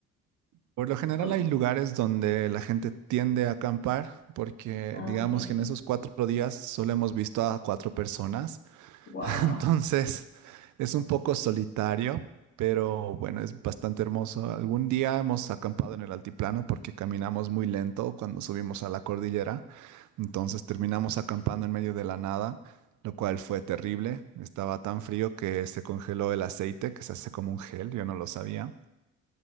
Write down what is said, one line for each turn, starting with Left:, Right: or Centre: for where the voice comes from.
Right: Por lo general
Left: o-
Right: hay lugares donde la gente tiende a acampar porque
Left: ah,
Right: digamos
Left: ok.
Right: que en esos cuatro días solo hemos visto a cuatro personas,
Left: Wow.
Right: <laughs> entonces es un poco solitario, pero bueno, es bastante hermoso. Algún día hemos acampado en el altiplano porque caminamos muy lento cuando subimos a la cordillera, entonces terminamos acampando en medio de la nada, lo cual fue terrible. Estaba tan frío que se congeló el aceite, que se hace como un gel, yo no lo sabía.